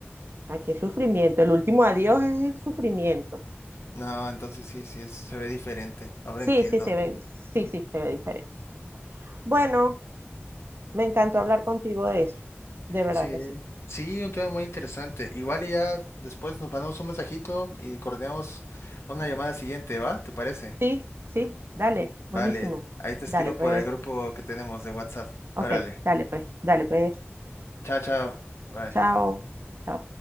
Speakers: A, on the right (about 60°); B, on the left (about 70°).
A: Aquí es sufrimiento. El último adiós es el sufrimiento.
B: No, entonces sí, sí, es- se ve diferente. Ahora
A: Sí,
B: entiendo.
A: sí, se ve. Sí, sí, se ve diferente. Bueno, me encantó hablar contigo de eso. De verdad
B: Sí.
A: que sí.
B: Sí, un tema muy interesante. Igual y ya después nos mandamos un mensajito y coordinamos una llamada siguiente, ¿va? ¿Te parece?
A: Sí, sí, dale.
B: Vale,
A: Buenísimo.
B: ahí te escribo
A: Dale, pues.
B: por el grupo que tenemos de WhatsApp.
A: Ok,
B: Órale.
A: dale, pues. Dale, pues.
B: Chao, chao. Bye.
A: Chao. Chao.